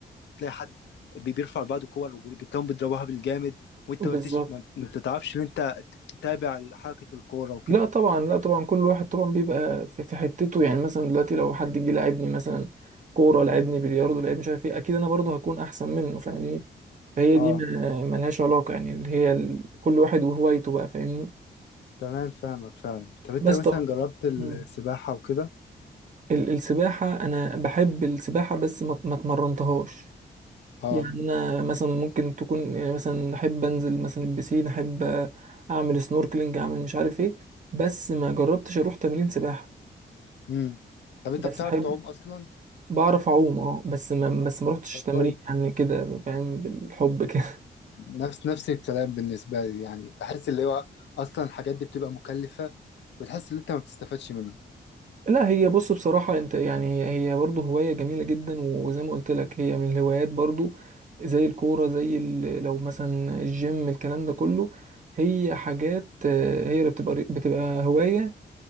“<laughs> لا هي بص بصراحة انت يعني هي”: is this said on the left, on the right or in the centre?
Right